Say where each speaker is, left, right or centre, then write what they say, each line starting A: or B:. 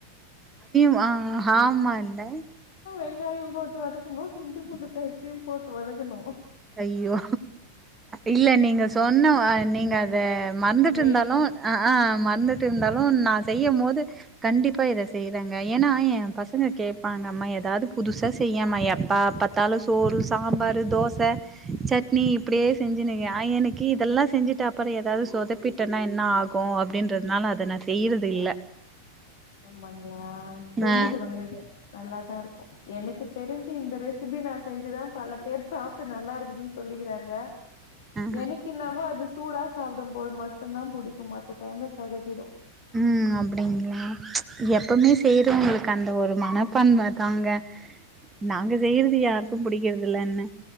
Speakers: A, on the right; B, on the left.
A: வா ஹாம்மா இல்ல
B: வெங்காயம் போட்டு வதக்கும் போது இஞ்சி பூண்டு பேஸ்டியும் போட்டு வதக்கணு
A: ஐய்யோ இல்ல நீங்க சொன்னவா நீங்க அத மறந்துட்ருந்தாலு
B: மெய்
A: அ அ மறந்துட்டு இருந்தாலு நா செய்யம்மோது கண்டிப்பா இத செய்றங்கே எனா எம் பசங்க கேப்பாங்க அம்மா எதாது புதுசா செய்யேமா எப்ப பாத் தாலு சோறு சாம்பாரு தோச சட்னி இப்டியே செஞ்சுனுயா எனுக்கி இதெல்லா செஞ்சிட்டப்பற எதாது சொதப்பிட் டன்னா என்ன ஆகு அப்டின்றதுனால அத நா செய்றது இல்ல
B: மண்லா செஞ்சு
A: ஆ
B: குடுங்க இத நல்லாதா இருக்கு எனக்கு தெரிஞ்சி இந்த ரெசிபி நா செஞ்சுதாம் பலப் பேர் சாப்ட்டு நல்லா இருக்குதுன்ச் சொல்லிகிறாங்க
A: ஆ
B: எனக்கின்னாவோ அது சூடா சாப்டும் போது மட்டுந்தா புடிக்கும் மத்தட் டைம்ல தெகட்டிடு
A: ம் அப்டிங்ளா எப்போமே செய்றவுங்ளுக் கண்ட ஒரு மனப்பான்ம தாங்க நாங்க செய்றது யாருக்கும் புடிக்கிறதில்லன்னு